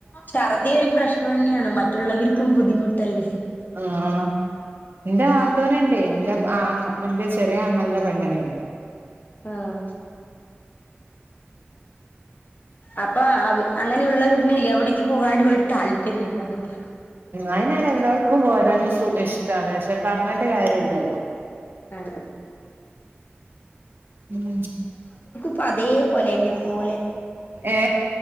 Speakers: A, on the left; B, on the right.
A: ഛർദി ഒരു പ്രശ്നം തന്നെയാണ് മറ്റുള്ളവർക്കും ബുദ്ധിമുട്ടല്ലേ
B: ആഹ് ഇന്റെ നുണ്ടെ എന്റെ ആഹ് എന്റെ ചെറിയ ആങ്ങളുടെ പെണ്ണിനുണ്ട്
A: ആഹ് അപ്പൊ അങ്ങനെയുള്ളവരില്ലേ എവിടേക്ക് പോകാനും ഒരു താല്പര്യം ഇണ്ടാവുല്ല
B: അയിനാണ് എല്ലാവർക്കും ഓരോന്ന് സുധിഷ്ട്ടാണ് പക്ഷെ പറഞ്ഞിട്ട് കാര്യല്ലല്ലോ
A: ആഹ്
B: ഉം
A: അപ്പം അതേപോലെ എന്നെ പോലെ
B: ഏ